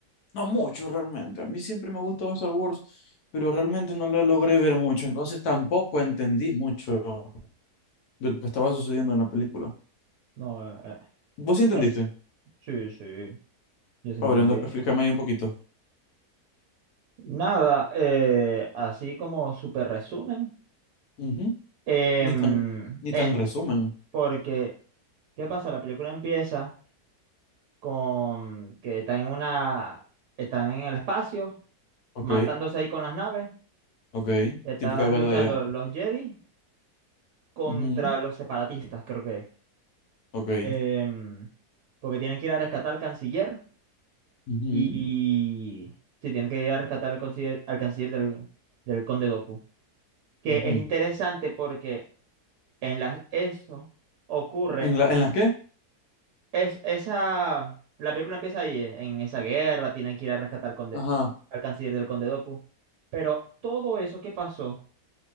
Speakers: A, on the left; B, on the right.
A: no mucho realmente. A mí siempre me ha gustado Star Wars, pero realmente no la logré ver mucho. Entonces tampoco entendí mucho de lo que estaba sucediendo en la película.
B: No, eh, eh,
A: ¿Vos sí entendiste?
B: eh, sí, sí, yo sí
A: Fabriano,
B: entendí.
A: explícame ahí un poquito.
B: Nada, eh, así como súper resumen,
A: Ujú.
B: em,
A: Ni tan, ni
B: en-
A: tan resumen.
B: porque, ¿qué pasa? La película empieza. con que están en una están en el espacio
A: Ok,
B: matándose ahí con las naves
A: ok.
B: están
A: Típica batalla.
B: luchando los Jedi contra
A: Ujú,
B: los separatistas creo que es.
A: Ok.
B: Em, porque tienen que ir a rescatar al canciller
A: Ujú,
B: y sí tienen que ir a rescatar al canciller, al canciller del, del Conde Doku que
A: ujú.
B: es interesante porque en las eso ocurre
A: ¿En la, en las qué?
B: Es, esa, la película empieza ahí, eh, en esa guerra, tienen que ir a rescatar conde-
A: Ajá,
B: al canciller del Conde Doku. Pero todo eso que pasó,